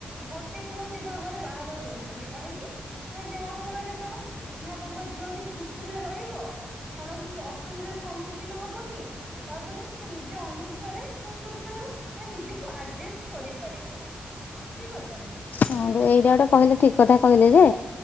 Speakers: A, on the right; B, on the left.
A: ଗୋଟେ ପୁଅ ଥିବ, ଘରେ ବାହାଘର ଦଉଛନ୍ତି କାହିଁକି? ନା ଯାହା ଫଳରେ କଣ? ନା ତାଙ୍କ ଝିଅଟି ଖୁସିରେ ରହିବ। କୌଣସି ଅସୁବିଧାର ସମ୍ମୁଖୀନ ହବନି। ତା'ପରେ ସେ ନିଜ ଅନୁସାରେ କଣ କରିପାରିବୁ? ନା ନିଜକୁ ଆଡ୍ ଜେଷ୍ଟ କରିପାରିବ। ବୁଝିପାରୁଛନ୍ତି ନା!
B: ହଁନ୍ତୁ, ଏଇଟା ଗୋଟେ କହିଲେ ଠିକ୍ କଥା କହିଲେ ଯେ,